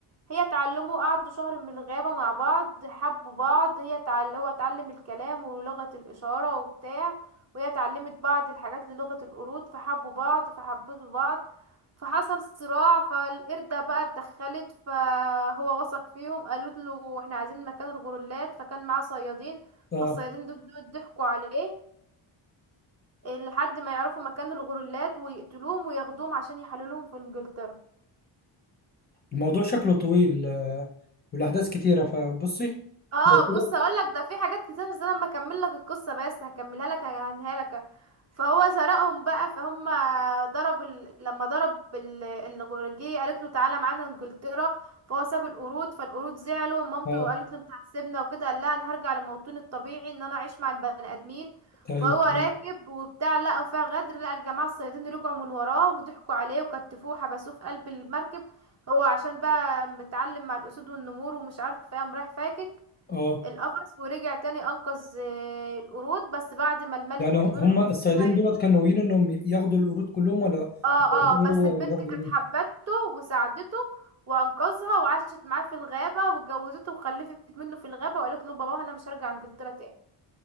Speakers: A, on the right; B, on the left.
A: هي تعلموا قعدوا شهر من الغابة مع بعض حبوا بعض هي تعل... هو اتعلم الكلام ولغة الإشارة وبتاع وهي اتعلمت بعض الحاجات للغة القرود فحبوا بعض فحبتوا بعض فحصل صراع فالقردة بقى اتدخلت فهو وثق فيهم قالت له احنا عايزين مكان الغرولات فكان معاه صيادين
B: اه
A: فالصيادين دول دول ضحكوا عليه لحد ما يعرفوا مكان الغرولات ويقتلوهم وياخدوهم عشان يحللوهم في انجلترا
B: الموضوع شكله طويل آه، والاحداث كتيرة فبصي
A: اه
B: لو كده
A: بص اقول لك ده في حاجات كتير بس انا لما اكمل لك القصه بس هكملها لك هنهاها لك فهو سرقهم بقى فهم ضرب ال... لما ضرب ال... الغرجيه قالت له تعالى معانا انجلترا فهو ساب القرود فالقرود زعلوا مامته
B: اه
A: قالت له انت هتسيبنا وكده قال لها انا هرجع لموطني الطبيعي ان انا اعيش مع البني ادمين
B: طيب
A: فهو راكب
B: تمام.
A: وبتاع لقى فيها غدر لقى الجماعه الصيادين رجعوا من وراه وضحكوا عليه وكتفوه وحبسوه في قلب المركب هو عشان بقى متعلم مع الاسود والنمور ومش عارف ايه قام رايح فاكك
B: اه
A: القفص ورجع تاني انقذ آه، القرود بس بعد ما الملك
B: يعني
A: الكبير
B: هم
A: اتحكم
B: الصيادين دولت كانوا ناويين انهم ياخدوا القرود كلهم ولا
A: اه
B: ولا ياخدوا
A: اه بس البنت
B: ولا ياخدوا
A: كانت
B: مين
A: حبته وساعدته وانقذها وعاشت معاه في الغابة واتجوزته وخلفت منه في الغابة وقالت له بابا انا مش هرجع انجلترا تاني